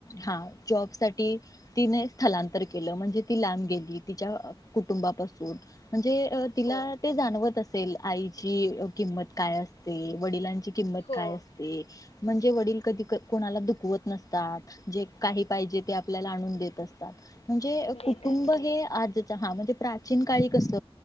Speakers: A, on the left (about 35°); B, on the left (about 70°).
A: हा जॉब साठी तिने स्थलांतर केलं म्हणजे ती लांब गेली तिच्या कुटुंबापासून म्हणजे तिला
B: हो
A: ते जाणवत अस असेल आईची किंमत काय असते? वडिलांची किंमत
B: हो
A: काय असते? म्हणजे वडील कधी कोणाला दुःख कुवत नसतात जे काही पाहिजे ते आपल्याला आणून देत अस म्हणजे
B: देतात
A: कुटुंब
B: हो
A: हे आज हा म्हणजे प्राचीन काळी कस